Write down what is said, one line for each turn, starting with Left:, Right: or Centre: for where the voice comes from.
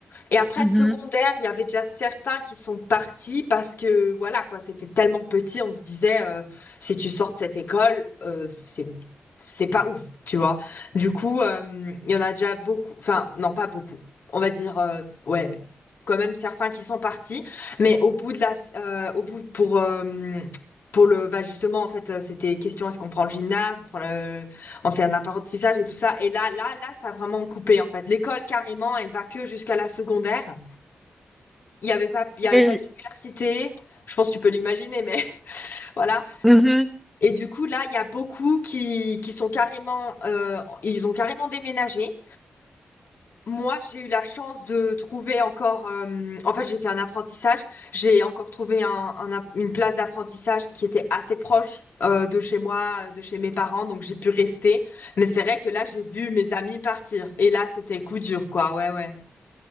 Left: Et après,
Centre: Mhm.
Left: secondaire, il y avait déjà certains qui sont partis parce que, voilà, quoi, c'était tellement petit, on se disait, euh, si tu sors de cette école, euh, c'est, c'est pas ouf, tu vois. Du coup, euh, il y en a déjà beaucoup, enfin, non, pas beaucoup. On va dire, euh, ouais, quand même certains qui sont partis, mais au bout de la, euh, au bout, pour, euh, pour le, bah, justement, en fait, euh, c'était question, est-ce qu'on prend le gymnase, on prend le, on fait un apprentissage et tout ça. Et là, là, là, ça a vraiment coupé en fait. L'école carrément, elle va que jusqu'à la secondaire. Il y avait pas, il y avait
Centre: Mais
Left: pas
Centre: je-
Left: d'université. Je pense que tu peux l'imaginer, mais <laughs> voilà.
Centre: Mhm.
Left: Et du coup, là, il y a beaucoup qui qui sont carrément, euh, ils ont carrément déménagé. Moi, j'ai eu la chance de trouver encore. euh, en fait, j'ai fait un apprentissage. J'ai encore trouvé un, un app- une place d'apprentissage qui était assez proche euh, de chez moi, de chez mes parents, donc j'ai pu rester. Mais c'est vrai que là, j'ai vu mes amis partir. Et là, c'était coup dur, quoi. Ouais, ouais.